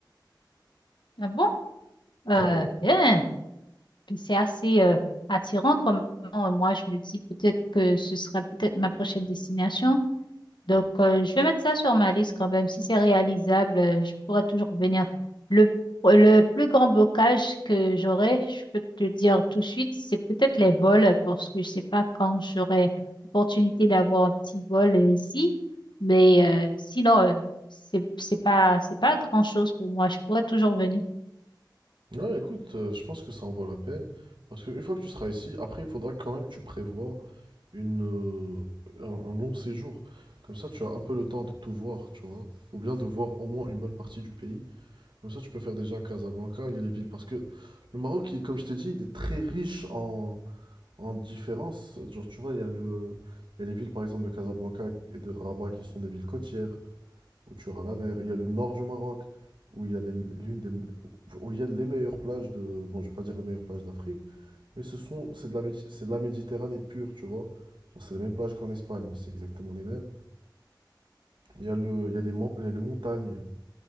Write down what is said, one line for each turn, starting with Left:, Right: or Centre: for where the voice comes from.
Left: Ah bon? Euh,
Right: Ouais, ouais.
Left: bien. Puis c'est assez euh, attirant comme euh, moi je me dis peut-être que ce serait peut-être ma prochaine destination. Donc, euh, je vais mettre ça sur ma liste quand même. Si c'est réalisable, euh, je pourrais toujours venir. Le, le plus grand blocage que j'aurai, je peux te dire tout de suite, c'est peut-être les vols, parce que je sais pas quand j'aurai l'opportunité d'avoir un petit vol euh, ici. Mais euh, sinon, euh, c'est, c'est pas, c'est pas grand-chose pour moi. Je pourrais toujours venir.
Right: Ouais, écoute, euh, je pense que ça en vaut la peine. Parce qu'une fois que tu seras ici, après, il faudra quand même que tu prévois une, euh, un, un long séjour. Comme ça, tu as un peu le temps de tout voir, tu vois. Ou bien de voir au moins une bonne partie du pays. Comme ça, tu peux faire déjà Casablanca, il y a les villes. Parce que le Maroc, il- comme je t'ai dit, il est très riche en, en différences. Genre, tu vois, il y a le, il y a les villes, par exemple, de Casablanca et de Rabat qui sont des villes côtières, où tu auras la mer. Il y a le nord du Maroc, où il y a les- l'une des, me- où il y a les meilleures plages de... Bon, je vais pas dire les meilleures plages d'Afrique, mais ce sont, c'est de la, Médi- c'est de la Méditerranée pure, tu vois. Genre, c'est les mêmes plages qu'en Espagne, c'est exactement les mêmes. Il y a le, il y a les, mon- il y a les montagnes.